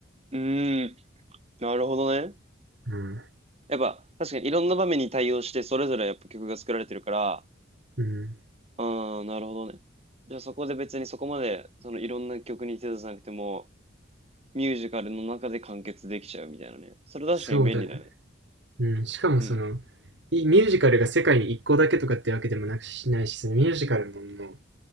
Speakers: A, on the right; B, on the right.
A: ーん。なるほどね。
B: うん。
A: やっぱ、確かにいろんな場面に対応して、それぞれやっぱ曲が作られてるから、
B: うん。
A: ああ、なるほどね。じゃあそこで別にそこまで、そのいろんな曲に手出さなくても、ミュージカルの中で完結できちゃうみたいなね。それ確かに便利だね。
B: そうだね。うん、しかもその、
A: うん。
B: いミュージカルが世界に一個だけとかってわけでもなくしないし、そのミュージカルももう、